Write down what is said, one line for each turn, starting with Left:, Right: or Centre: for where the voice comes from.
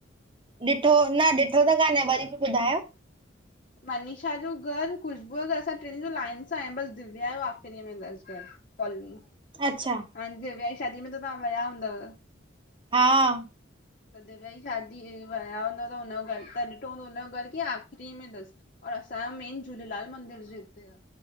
Right: ॾिठो न ॾिठो त कान्हे वरी बि ॿुधायो।
Left: मनीषा जो घर, ख़ुशबूअ जो घर असां ट्रिन जो लाइन सां आहे बसि दिव्या जो आख़िरीअ मेंं तसि घर। कॉल मी।
Right: अच्छा
Left: हाणे दिव्या जी शादी में तां वया हूंदव?
Right: हा
Left: त दिव्या जी शादी वया हूंदव त हुनजो घर त ॾिठो हूंदो हुनजो घर कीअं आखिरी में तसि। और असांजो मेन झूलेलाल मंदिर जी हिते आ,